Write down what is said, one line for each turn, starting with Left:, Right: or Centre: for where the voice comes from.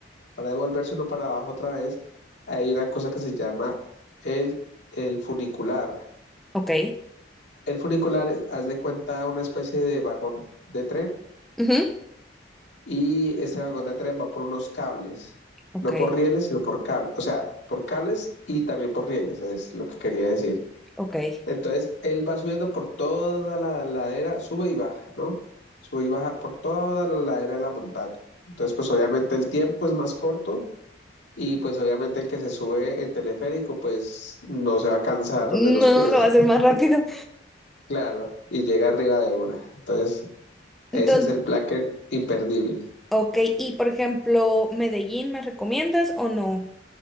Left: para devolverse uno para abajo otra vez, hay una cosa que se llama el, el funicular.
Centre: ok,
Left: El funicular, es- haz de cuenta, una especie de vagón de tren
Centre: ujú,
Left: y este vagón de tren va por unos cables,
Centre: ok,
Left: no por rieles, sino por cables, o sea, por cables y también por rieles, es lo que quería decir.
Centre: ok.
Left: Entonces, él va subiendo por toda la ladera, sube y baja, ¿no? Sube y baja por toda la ladera de la montaña. Entonces, pues obviamente el tiempo es más corto y pues obviamente el que se sube en teleférico, pues no se va a cansar
Centre: No,
Left: de los pies,
Centre: lo va a hacer
Left: <laughs>
Centre: más rápido.
Left: claro, y llega arriba de una. Entonces...
Centre: Entonces,
Left: Ese es el plan que- imperdible.
Centre: Ok, y por ejemplo, Medellín, ¿me recomiendas o no?